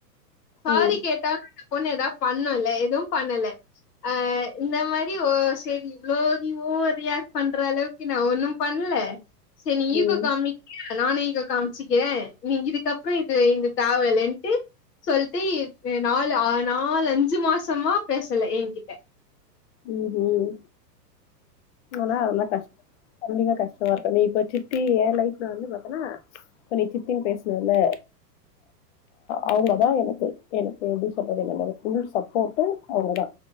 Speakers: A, on the left; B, on the left.
A: சாரி
B: ம்
A: கேட்டா பொண்ணு ஏதாவது பண்ணும்ல எதுவும் பண்ணலை ஆ இந்த மாரி ஓ சேரி இவ்ளோ ரியாக்ட் பண்ற அளவுக்கு நா ஒண்ணும் பண்ல செரி
B: ம்
A: ஈகோ காமிக்ரியா நானு ஈகோ காமிச்சிக்கிறே நீ இதுக்கப்பறம் இது இந்த தேவலயில்லன்டு சொல்ட்டு நாலு நாலு அஞ்சு மாசமா பேசல என்கிட்ட
B: ம் ம் அதா அதல்லாம் கஷ்டம் கண்டிப்பா கஷ்டமா இருக்கும் நீ இப்ப சித்தி என் லைப்ல வந்து பாத்தன்னா இப்ப நீ சித்தினு பேசனல்ல அவங்கதா எனக்கு எனக்கு எப்டி சொல்றது தெரியல ஃபுல் சப்போட்டு அவங்கதா